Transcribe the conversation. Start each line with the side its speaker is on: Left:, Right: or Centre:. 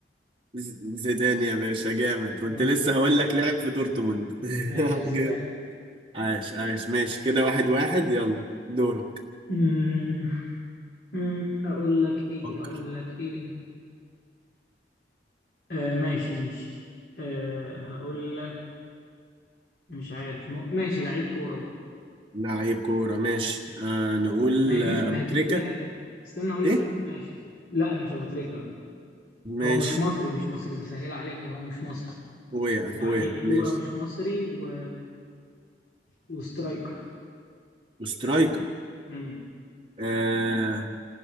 Right: ز- زيدان يا باشا جامد كنت
Left: اه
Right: لسه هقول لك لعب في دورتموند <laughs>
Left: ماشي زيدان
Right: جامد عاش عاش ماشي كده واحد واحد يلا دورك
Left: أمم، أمم، اقول لك ايه
Right: فكر
Left: اقول لك ايه آه ماشي ماشي آه هقول لك مش عارف م... ماشي لعيب كورة برضه
Right: لعيب كورة ماشي آه نقول
Left: ما هي دي
Right: آه أبو
Left: ما هي
Right: تريكة
Left: دي آه، استنى اقول
Right: إيه
Left: لك ماشي لا مش ابو تريكة لا
Right: ماشي
Left: هو مش مصري مش مصري بسهل عليك بقى هو مش مصري
Right: أخويا أخويا
Left: لعيب كورة
Right: ماشي
Left: مش مصري و وسترايكر
Right: وسترايكر
Left: امم
Right: آه